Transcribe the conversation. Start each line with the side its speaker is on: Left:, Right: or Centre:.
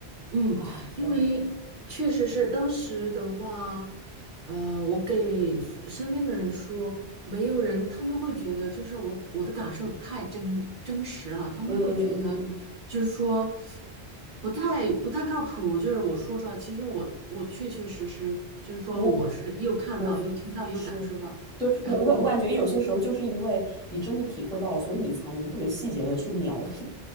Right: 嗯，
Centre: 啊，天呐，
Right: 因为确实是当时的话，呃，我给 s- 身边的人说，没有人，他们会觉得就是我我的感受太真真实了，他们会觉得就是说
Centre: 嗯嗯嗯嗯。
Right: 不太不太靠谱，就是我说出来，其实我我确确实实就是说我是又看到又听到又感受到，
Centre: 我。对，是，对，
Right: 然后
Centre: 我我感我感觉有些时候就是因为你真的体会到了，所以你才能特别细节的去描述